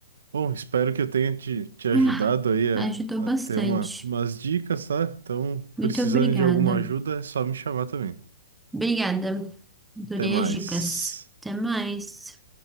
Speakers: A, on the right (about 85°); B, in the centre.
A: Bom, espero que eu tenha te, te ajudado
B: Ah,
A: aí a,
B: ajudou bastante.
A: a ter uma, umas dicas, tá? Então,
B: Muito
A: precisando
B: obrigada.
A: de alguma ajuda, é só me chamar também.
B: Obrigada. Adorei
A: Até mais.
B: as dicas. Até mais.